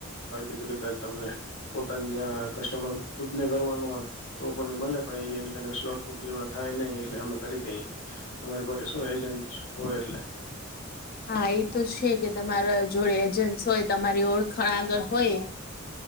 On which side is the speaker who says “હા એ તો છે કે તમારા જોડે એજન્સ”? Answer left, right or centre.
Left